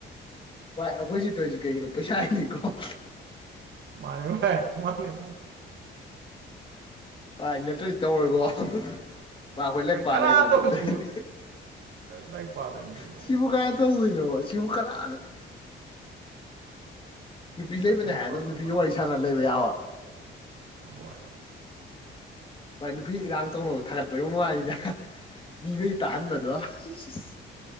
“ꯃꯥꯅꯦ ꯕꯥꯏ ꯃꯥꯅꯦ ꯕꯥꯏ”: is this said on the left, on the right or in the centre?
Right